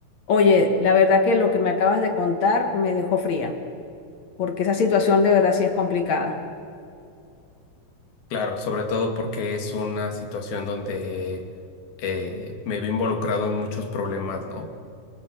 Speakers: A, on the left; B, on the left.
A: Oye, la verdad que lo que me acabas de contar me dejó fría, porque esa situación de verdad sí es complicada.
B: Claro, sobre todo porque es una situación donde eh, me vi involucrado en muchos problemas, ¿no?